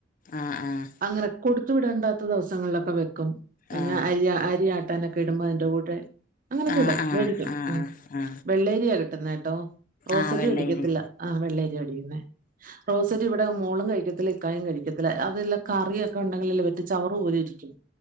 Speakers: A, on the left (about 45°); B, on the right (about 45°).
A: ആ ആ
B: അങ്ങനെ കൊടുത്തു വിടേണ്ടാത്ത ദിവസങ്ങളിലൊക്കെ വെക്കും, പിന്നെ
A: ആ
B: അരി അരിയാട്ടു. ട്ടാനൊക്കെ ഇടുമ്പോ അയിന്റെ കൂടെ അങ്ങനൊക്കെടും
A: ആ ആ
B: വേടിക്കും
A: ആ
B: ഉം
A: ആ ആ
B: വെള്ളേരി ട്ടുന്നേട്ടോ. റോസരി
A: ആ വെള്ളയരി.
B: മേടിക്കത്തില്ല ആഹ് വെള്ളരിയാ മേടിക്കുന്ന, റോസരി ഇവിടെ മോളും കഴിക്കത്തില്ല ഇക്കായും കഴിക്കത്തില്ല, അതല്ല കറിയൊക്കെ. ഇത് ഉണ്ടെങ്കില് പറ്റു, ചവറ് പോലെ ഇരിക്കും